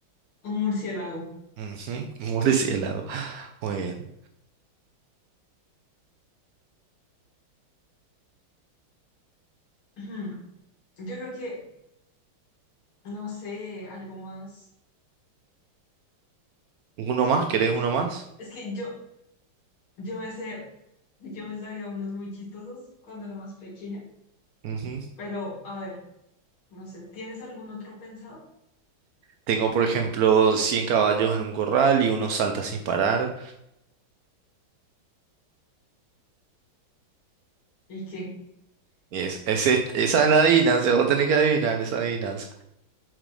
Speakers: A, on the left; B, on the right.
A: Un murciélago.
B: Ujú, <laughs> Murciélago. Muy bien.
A: Ujú. Yo creo que, no sé, algo más.
B: ¿Uno más? ¿Querés uno más?
A: Es que yo, Yo me sé, yo me sabía unos muy chistosos cuando era más pequeña,
B: Ujú.
A: pero a ver, no sé, ¿tienes algún otro pensado?
B: Tengo, por ejemplo, cien caballos en un corral y uno salta sin parar.
A: ¿Y qué?
B: Y Es, ese- esa es la adivinanza, vos tenés que adivinar esa adivinanza.